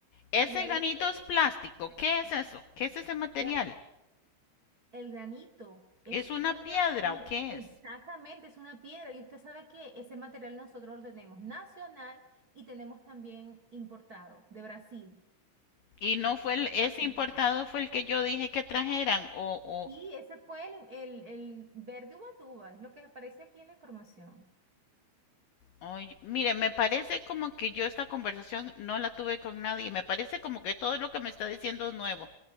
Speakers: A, on the left (about 90°); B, on the right (about 80°).
A: Ese
B: Y ahí
A: granito es plástico, ¿qué es eso? ¿Qué es ese material?
B: se- El granito es
A: ¿Es una
B: una,
A: piedra
B: mire,
A: o qué
B: exactamente,
A: es?
B: es una piedra y usted sabe que ese material nosotros lo tenemos nacional y tenemos también importado de Brasil.
A: Y no fue
B: Exactamente.
A: el, ese importado fue el que yo dije que trajeran o, o
B: Sí, ese fue el, el, el verde ubatuba, es lo que aparece aquí en la información.
A: Ay, mire, me parece como que yo esta conversación no la tuve con nadie. Me parece como que todo lo que me está diciendo es nuevo.